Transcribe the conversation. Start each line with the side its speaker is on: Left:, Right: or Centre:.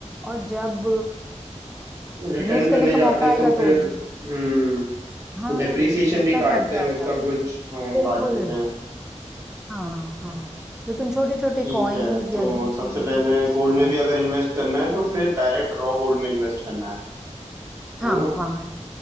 Centre: और जब
Right: रिटर्न
Centre: यूज करने
Right: करने
Centre: का
Right: जाते
Centre: मौका
Right: हैं
Centre: आएगा
Right: तो फिर
Centre: तो ज-
Right: हम्म
Centre: हाँ
Right: डेप्रिसिएशन
Centre: कितना
Right: भी काटते
Centre: कट जाएगा
Right: हैं उसका कुछ हाँ
Centre: बिल्कुल
Right: काट देते हैं
Centre: हाँ हाँ तो तुम छोटे छोटे
Right: ठीक
Centre: कॉइन्स
Right: है तो
Centre: या गिन्ने
Right: सबसे
Centre: जो
Right: पहले
Centre: भी है उसमें
Right: गोल्ड
Centre: डाल
Right: में भी अगर इन्वेस्ट करना है तो फिर डायरेक्ट रॉ गोल्ड में इन्वेस्ट करना है
Centre: हाँ
Right: है ना
Centre: हाँ